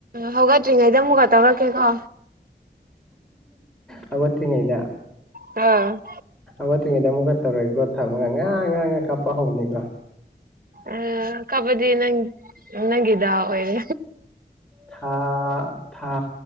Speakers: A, on the right; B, in the centre.
A: ꯍꯧꯒꯠꯇ꯭ꯔꯤꯉꯩꯗ ꯑꯃꯨꯛꯀ ꯇꯧꯔꯛꯀꯦꯀꯣ
B: ꯍꯧꯒꯠꯇꯔꯤꯉꯩꯗ
A: ꯑꯥ
B: ꯇꯔꯤꯉꯩꯗ ꯑꯃꯨꯛꯀ ꯇꯧꯔꯣꯏꯀꯣ ꯊꯝꯃꯒ ꯉꯥ ꯉꯥ ꯉꯥꯥꯛ ꯀꯥꯞꯄ ꯍꯧꯅꯤꯀꯣ
A: ꯑ ꯀꯞꯄꯗꯤ ꯅꯪ ꯅꯪꯒꯤ ꯗꯦꯎ ꯑꯣꯏꯔꯦ
B: ꯊꯥ ꯊꯥ